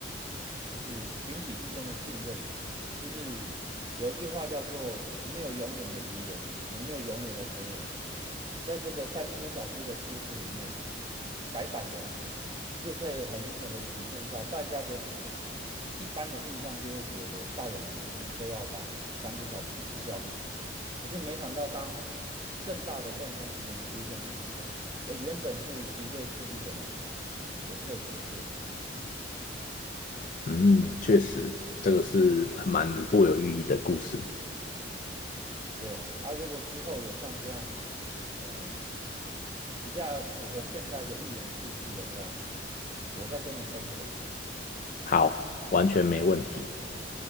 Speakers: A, on the right; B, on the left.
A: 就是群体之间的信任，就是有一句话叫做“没有永远的敌人，也没有永远的朋友”。在这个三只小猪的故事里面，改版的啦，就可以很明显的体现到大家的一般的印象，就会觉得大野狼就是非要把三只小猪吃掉不可。可是没想到，当更大的共同敌人出现的时候，哎，原本是敌对势力的两方也可以合作。
B: 嗯，确实，这个是蛮富有寓意的故事。
A: 对啊，啊，如果之后有像这样，呃，比较符合现代的寓言故事的话，我再跟你分享。
B: 好，完全没问题。